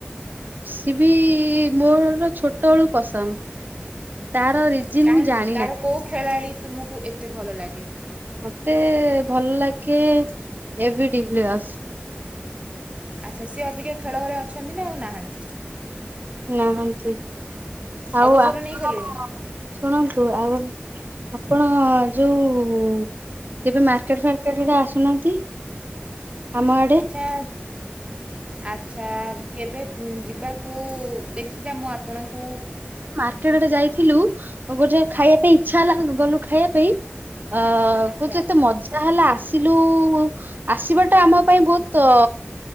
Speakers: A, on the right; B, on the right.
A: ସି ବି ମୋର ଛୋଟବେଳୁ ପସନ୍ଦ। ତାର ରିଜିନ
B: କାହିଁକି
A: ମୁଁ ଜାଣିନାହିଁ
B: ତାର କୋଉ ଖେଳାଳି ତୁମକୁ ଏତେ ଭଲ ଲାଗେ?
A: ମତେ ଭଲ ଲାଗେ ଏବିଡିବି ୱାସ।
B: ଆଚ୍ଛା ସିଏ ଅବିକ ଖେଳ ଘରେ ଅଛନ୍ତି ନାଁ ଆଉ ନାହାନ୍ତି?
A: ନାହାନ୍ତି ଆଉ
B: ଅବସର
A: ଆପଣ
B: ନେଇଗଲେଣି
A: ଶୁଣନ୍ତୁ ଆଉ ଆପଣ ଯୋଉ କେବେ ମାର୍କେଟ ଫାର୍କେଟ ଆଡେ ଆସୁନାହାନ୍ତି। ଆମ ଆଡେ
B: ଆଚ୍ଛା ଆଚ୍ଛା କେବେ ଯିବାକୁ ଦେଖି କିମ୍ବା ମୁଁ ଆପଣଙ୍କୁ
A: ମାର୍କେଟରେ ଯାଇଥିଲୁ ଗୋଟେ ଖାଇବା ପାଇଁ ଇଚ୍ଛା ହେଲା ଗଲୁ ଖାଇବା ପାଇଁ। ଅ
B: ଆଚ୍ଛା
A: କହୁଛୁ ଏତେ ମଜା ତାହେଲେ ଆସିଲୁ ଆସିବାଟା ଆମ ପାଇଁ ବହୁତ